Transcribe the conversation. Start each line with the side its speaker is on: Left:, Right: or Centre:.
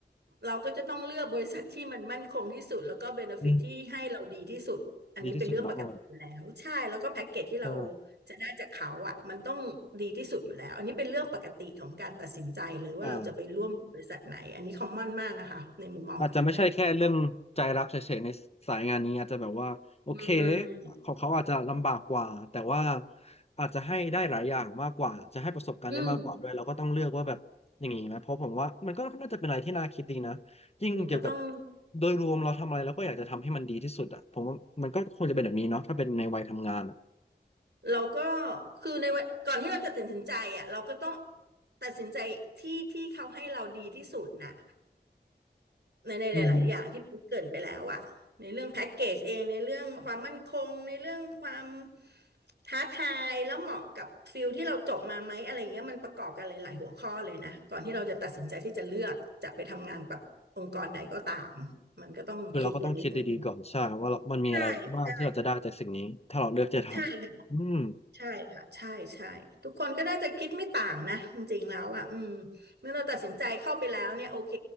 Right: เราก็จะต้องเลือกบริษัทที่มันมั่นคงที่สุดแล้วก็เบเนฟิตที่ให้เราดีที่สุดอันนี้เป็นเรื่องปกติอยู่แล้วใช่แล้วก็แพ็กเกจที่เรา
Left: อืมดีที่สุดเนาะอ๋อใช่
Right: จะได้จากเขาอ่ะมันต้องดีที่สุดอยู่แล้วอันนี้เป็นเรื่องปกติของการตัดสินใจเลยว่าเราจะไปร่วมกับบริษัทไหนอันนี้คอมมอนมากนะคะในมุมมองของปิงนะ
Left: อ่า อาจจะไม่ใช่แค่เรื่องใจรักเฉยๆในสายงานนี้อาจจะแบบว่าโอเค
Right: อื่
Left: ของเขาอาจจะลำบากกว่าแต่ว่าอาจจะให้ได้หลายอย่างมากกว่าจะให้ประสบการณ์ได้มากกว่าด้วยเราก็ต้องเลือกว่าแบบอย่างนี้ไหมเพราะผมว่ามันก็น่าจะเป็นอะไรที่น่าคิดดีนะยิ่งเกี่ยวกับ
Right: อืมมันก็ต้อง
Left: โดยรวมเราทำอะไรเราก็อยากจะทำให้มันดีที่สุดอ่ะผมว่ามันก็ควรจะเป็นแบบนี้เนาะถ้าเป็นในวัยทำงานอะ
Right: เราก็คือในวันก่อนที่เราจะตัดสินใจอ่ะเราก็ต้องตัดสินใจที่ที่เขาให้เราดีที่สุดน่ะ ในในหลายๆอย่างที่พิงค์เกริ่นไปแล้วอะในเรื่องแพ็กเกจเองในเรื่องความมั่นคงในเรื่องความ
Left: อืม
Right: ท้าทายแล้วเหมาะกับฟิลที่เราจบมาไหมอะไรเงี้ยมันประกอบกันหลายๆหัวข้อเลยนะก่อนที่เราจะตัดสินใจที่จะเลือกจะไปทำงานกับองค์กรใดก็ตามมันก็ต้องคิดกันนิดนึง
Left: คือเราก็ต้องคิดดีๆก่อนใช่ว่าเรามันมีอะไรบ้างที่เราจะได้จากสิ่งนี้ถ้าเราเลือกจะทำอืม
Right: ใช่ใช่ใช่ ใช่ค่ะใช่ใช่ทุกคนก็น่าจะคิดไม่ต่างนะจริงๆแล้วอ่ะอืมเมื่อเราตัดสินใจเข้าไปแล้วเนี่ยโอเค